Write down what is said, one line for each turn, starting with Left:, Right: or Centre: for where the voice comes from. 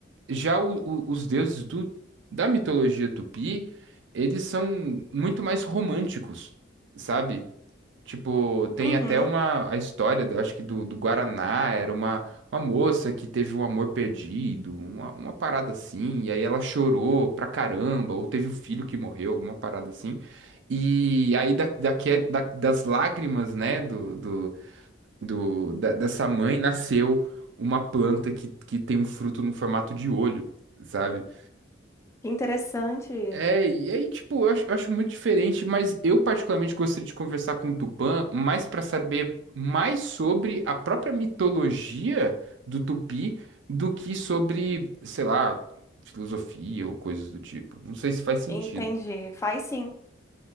Right: já o- o- os deuses do, da mitologia tupi, eles são muito mais românticos, sabe? Tipo, tem
Left: Uhum,
Right: até uma a história, eu acho que do, do Guaraná, era uma, uma moça que teve um amor perdido, uma, uma parada assim, e aí ela chorou pra caramba, ou teve um filho que morreu, alguma parada assim. E aí da, daque- da- das lágrimas, né, do, do, do- da- dessa mãe nasceu uma planta que, que tem um fruto no formato de olho, sabe?
Left: que interessante.
Right: É, e aí, tipo, eu acho, eu acho muito diferente, mas eu particularmente gostaria de conversar com o Tupã mais para saber mais sobre a própria mitologia do Tupi do que sobre, sei lá, filosofia ou coisas do tipo. Não sei se faz sentido.
Left: Entendi. Faz sim,